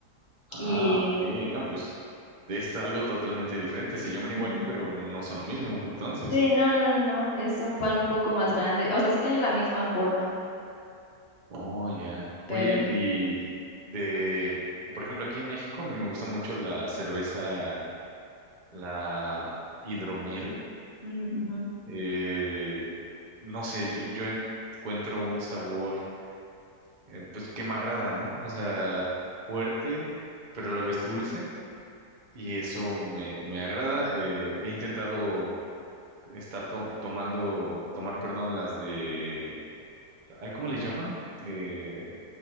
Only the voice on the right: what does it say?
Ah,
ok. No, pues es algo totalmente diferente. Se llaman
igual, pero no son lo mismo, entonces.
Oh, ya.
Oye, y de, por ejemplo, aquí en México me gusta mucho la cerveza la hidromiel.
eh, no sé, yo, yo encuentro un sabor eh, pues que me agrada, ¿no? O sea, fuerte, pero a la vez dulce y eso me, me agrada. eh, he intentado estar to- tomando, tomar, perdón, las de, ay, ¿cómo le llaman? Eh,